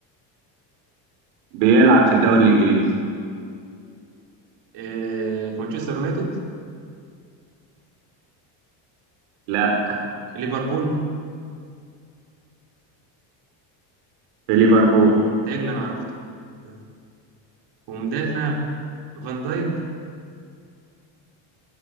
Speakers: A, on the right; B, on the right.
A: بيلعب في الدوري الانجليزي
B: آه في مانشستر يونايتد
A: لا
B: ليفربول
A: في ليفربول
B: اه تاجل انا عرفته آه، ومدافع فان دايك